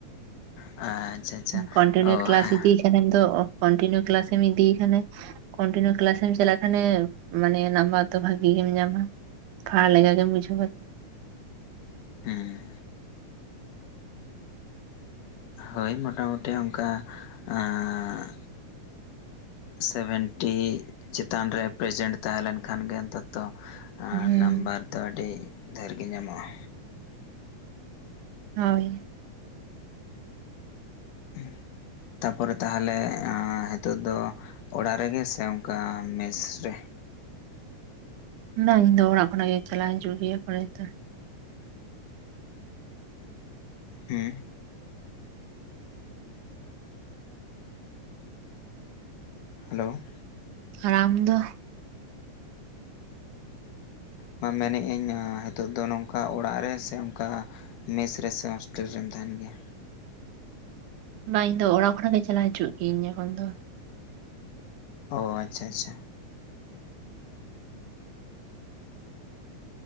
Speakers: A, on the left (about 85°); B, on the right (about 80°).
A: ᱟᱪᱪᱷᱟ ᱟᱪᱪᱷᱟ
B: ᱠᱚᱱᱴᱤᱱᱤᱭᱩ
A: ᱚ
B: ᱠᱮᱞᱟᱥ
A: ᱦᱮᱸ
B: ᱤᱫᱤ ᱮᱢᱮᱢ ᱫᱚ ᱠᱚᱱᱴᱤᱱᱤᱭᱩ ᱠᱮᱞᱟᱥ ᱮᱢ ᱤᱫᱤ ᱠᱷᱟᱱᱮᱢ ᱠᱚᱱᱴᱤᱱᱤᱭᱩ ᱠᱮᱞᱟᱥ ᱮᱢ ᱪᱟᱞᱟᱜ ᱠᱷᱟᱱᱮ ᱢᱟᱱᱮ ᱱᱟᱢᱵᱟᱨ ᱫᱚ ᱵᱷᱟᱜᱤ ᱜᱮᱢ ᱧᱟᱢᱟ᱾ ᱠᱷᱟ ᱟᱞᱜᱟ ᱜᱮᱢ ᱵᱩᱡᱷᱟᱹᱣᱟ᱾
A: ᱦᱩᱸ ᱦᱳᱭ ᱢᱚᱴᱟᱢᱩᱴᱤ ᱚᱱᱠᱟ ᱟᱹᱜᱻ ᱥᱮᱵᱷᱮᱱᱴᱤ ᱪᱮᱛᱟᱱ ᱨᱮ ᱯᱨᱮᱡᱮᱱᱴ ᱛᱟᱦᱮᱸ ᱞᱮᱱᱠᱷᱟᱱ ᱜᱮ ᱚᱱ ᱛᱚᱛᱚ ᱟ
B: ᱦᱮᱸ
A: ᱱᱟᱢᱵᱟᱨ ᱫᱚ ᱟᱹᱰᱤ ᱰᱷᱮᱨ ᱜᱮ ᱧᱟᱢᱚᱜ-ᱟ᱾
B: ᱦᱳᱭ,
A: ᱦᱩᱸ, ᱛᱟᱯᱚᱨᱮ ᱛᱟᱦᱚᱞᱮ ᱱᱤᱛᱚᱜ ᱫᱚ ᱚᱲᱟᱜ ᱨᱮᱜᱮ ᱥᱮ ᱚᱱᱠᱟ ᱢᱮᱥ ᱨᱮ?
B: ᱚᱱᱟ ᱤᱧ ᱫᱚ ᱚᱲᱟᱜ ᱠᱷᱚᱱᱟᱜ ᱜᱮᱧ ᱮᱠᱞᱟ ᱦᱤᱡᱩᱜ ᱜᱮᱭᱟ ᱠᱚᱞᱮᱡᱽ ᱫᱚ᱾
A: ᱦᱩᱸ, ᱦᱮᱞᱳ,
B: ᱟᱨ ᱟᱢ ᱫᱚ?
A: ᱢᱟ ᱢᱮᱱᱮ ᱟᱹᱧ ᱱᱤᱛᱚᱜ ᱫᱚ ᱱᱚᱝᱠᱟ ᱚᱲᱟᱜ ᱨᱮ ᱥᱮ ᱚᱱᱝᱠᱟ ᱢᱮᱥ ᱨᱮ ᱥᱮ ᱦᱳᱥᱴᱮᱞ ᱨᱮᱢ ᱛᱟᱦᱮᱱ ᱜᱮᱭᱟ?
B: ᱵᱟᱝ ᱤᱧ ᱫᱚ ᱚᱲᱟᱜ ᱠᱷᱚᱱᱟᱜ ᱜᱮ ᱪᱟᱞᱟ ᱦᱤᱡᱩᱜ ᱜᱤᱭᱟᱹᱧ ᱮᱠᱷᱚᱱ ᱫᱚ᱾
A: ᱳ ᱟᱪᱪᱷᱟ ᱟᱪᱪᱷᱟ,